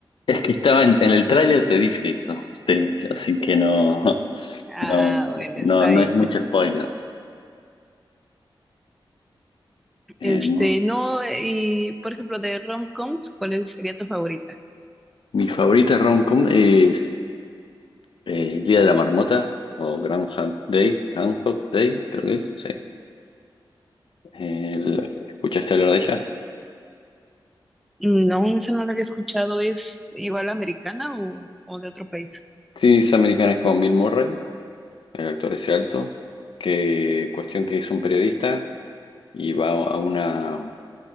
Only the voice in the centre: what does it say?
Ah,
bueno,
está
bien.
Este,
no, y por ejemplo, de rom-coms, ¿cuál es- sería tu favorita?
No, esa no la había escuchado. ¿Es igual americana o, o de otro país?